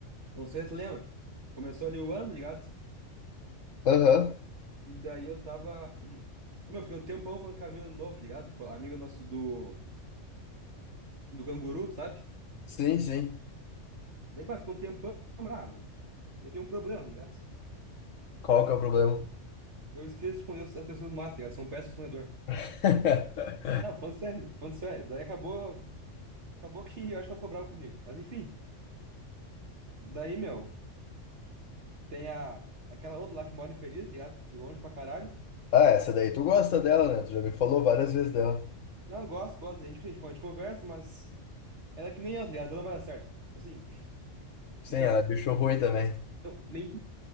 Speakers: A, on the right; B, on the left.
A: não sei se tu lembra. Começou ali o ano, ligado?
B: Aham,
A: E daí eu tava. <clears throat> Meu, fiquei um tempão falando com a mina do novo, tá ligado? Com a amiga nosso do, do canguru, sabe?
B: Sim, sim.
A: Daí, pá, ficou um tempão, ah, meu. Eu tenho um problema, tá ligado?
B: Qual que é o problema?
A: Eu esqueço de responder as pessoas mais, tá ligado? São péssimo respondedor.
B: <laughs>
A: Não, falando sério, meu, falando sério. Daí acabou. Acabou que eu acho que ela ficou brava comigo. Mas enfim, daí, meu. Tem a, aquela outra lá que mora infeliz, ligado? De longe pra caralho.
B: Ah, essa daí tu gosta dela, né? Tu já me falou várias vezes dela.
A: Não, eu gosto, gosto da gente, a gente, a gente conversa, mas ela é que nem eu, tá ligado? Ela não vai dar certo. Tipo assim, <laughs>
B: Sim,
A: não,
B: ela é bicho ruim também.
A: não, nem,